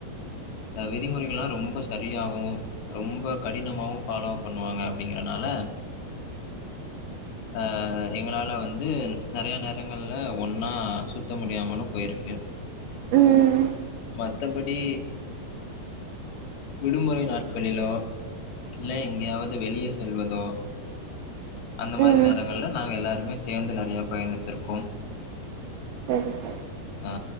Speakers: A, on the left; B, on the right.
A: அ விதிமுறைகளா ரொம்ப சரியாகு ரொம்ப கடினமாவு ஃபாலோ பண்ணுவாங்க அப்டிங்கிறனால ஆ எங்களால வந்து நெறைய நேர் ரங்கள்ல ஒன்னா சுத்த முடியாமலு போய்ருக்கு
B: ம் ம்
A: மத்தபடி விடுமுறை நாட்களிலோ இல்ல எங்கயாவது வெளிய செல்வதோ அந்த மாரி
B: ம்
A: நேரங்கல்ல நாங்க எல்லாருமே சேந்து நெறையப் பயணித்திருக்கோம்
B: சரி சரி
A: ஆ